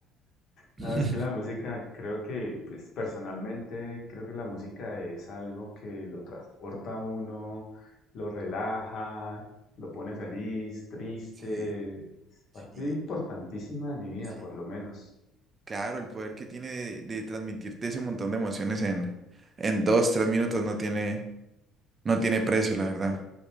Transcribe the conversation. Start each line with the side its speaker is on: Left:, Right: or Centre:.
Left: No,
Right: <laughs>
Left: es que la música, creo que, pues personalmente, creo que la música es algo que lo transporta a uno, lo relaja, lo pone feliz, triste.
Right: Sí,
Left: Es parte
Right: Sí,
Left: importantísima de mi vida,
Right: sí,
Left: por lo menos.
Right: claro, el poder que tiene de, de transmitirte ese montón de emociones en, en dos, tres minutos no tiene, no tiene precio, la verdad.